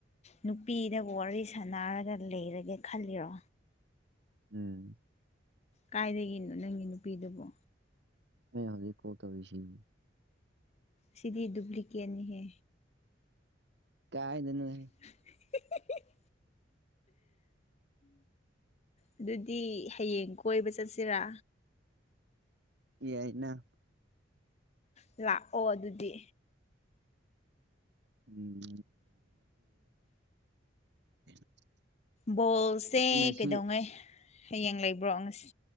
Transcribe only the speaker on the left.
ꯅꯨꯄꯤꯗꯕꯨ ꯋꯥꯔꯤ ꯁꯥꯟꯅꯔꯒ ꯂꯩꯔꯒꯦ ꯈꯜꯂꯤꯔꯣ
ꯀꯥꯏꯗꯒꯤꯅꯣ ꯅꯪꯒꯤ ꯅꯨꯄꯤꯗꯨꯕꯣ
ꯁꯤꯗꯤ ꯗꯨꯄ꯭ꯂꯤꯀꯦꯠꯅꯤꯍꯦ
<unintelligible> ꯑꯗꯨꯗꯤ ꯍꯌꯦꯡ ꯀꯣꯏꯕ ꯆꯠꯁꯤꯔꯥ?
ꯂꯥꯛꯑꯣ ꯑꯗꯨꯗꯤ
ꯕꯣꯜꯁꯦ
ꯀꯩꯗꯧꯉꯩ ꯍꯌꯦꯡ ꯂꯩꯕ꯭ꯔꯣ ꯉꯁꯤ